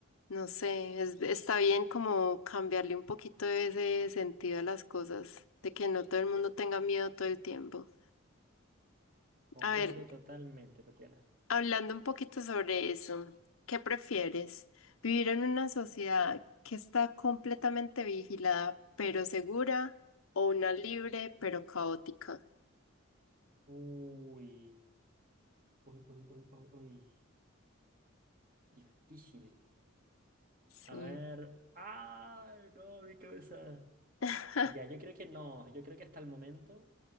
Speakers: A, on the left; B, on the right.
A: no sé, es- está bien como cambiarle un poquito ese sentido a las cosas, de que no todo el mundo tenga miedo todo el tiempo.
B: concuerdo
A: A ver,
B: totalmente, Tatiana.
A: Hablando un poquito sobre eso, ¿qué prefieres? ¿Vivir en una sociedad que está completamente vigilada pero segura o una libre pero caótica?
B: Uy, uy, uy, uy, uy, uy. Difícil.
A: Sí.
B: A ver. ¡Ay, no, mi cabeza!
A: <laughs>
B: Ya, yo creo que no. Yo creo que hasta el momento,